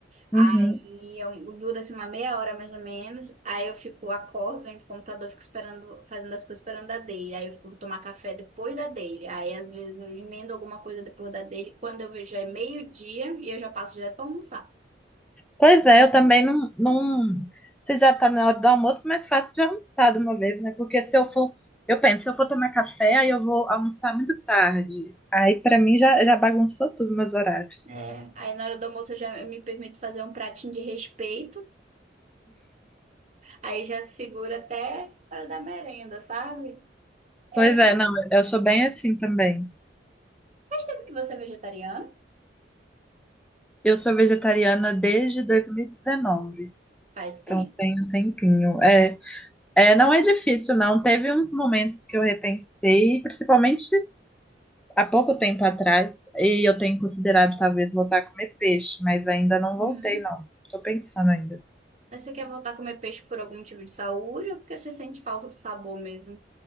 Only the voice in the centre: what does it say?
Uhum.
Pois é, eu também não, não. Se já tá na hora do almoço, mais fácil de almoçar de uma vez, né? Porque se eu for. Eu penso, se eu for tomar café, aí eu vou almoçar muito tarde. Aí, pra mim, já, já bagunçou tudo meus horários.
Pois é, não, eu sou bem assim também.
Eu sou vegetariana desde 2019.
Então
tem um tempinho. É, é, não é difícil, não. Teve uns momentos que eu repensei, principalmente há pouco tempo atrás e eu tenho considerado talvez voltar a comer peixe, mas ainda não
voltei, não. Tô pensando ainda.